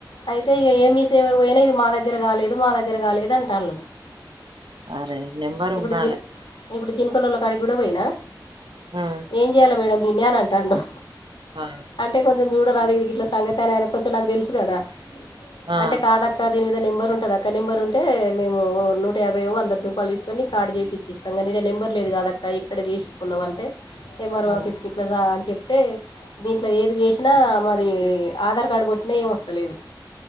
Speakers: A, on the left; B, on the right.
A: అయితే ఇగ ఏమిసేవకి పోయినా ఇది మా దగ్గర కాలేదు మా దగ్గర కాలేదు అంటాళ్ళు
B: అరే నెంబర్
A: ఇప్పుడు
B: ఉండాలే
A: జి ఇప్పుడు జింకలలోడ కాడ గుడ పోయినా
B: ఆ
A: ఏం చేయాలి మేడం దిన్ని అని అంటాంళ్లు
B: ఆ
A: అంటే కొంచం చూడరాదు ఇది గిట్ల సంగతే అని ఆయన కొంచెం నాకు తెలుసు కదా
B: ఆ
A: అంటే కాదక్క దీన్ మీద నెంబర్ ఉంటదక్క నెంబర్ ఉంటే మేము నూట యాభై వందంద దూపాలు తీసుకొని కార్డ్ చెప్పిచ్చి ఇస్తాం కా నెంబర్ లేదు కాదక్క ఇక్కడ చేసుకున్నాం అంటే ఎంఆర్ఓ
B: హ్మ్.
A: ఆఫీస్ కి ఇట్లా అని చెప్ అయితే దీంట్లో ఏది చేసినా మాది ఆధార్ కార్డ్ కొట్టినా ఏం వస్తలేదు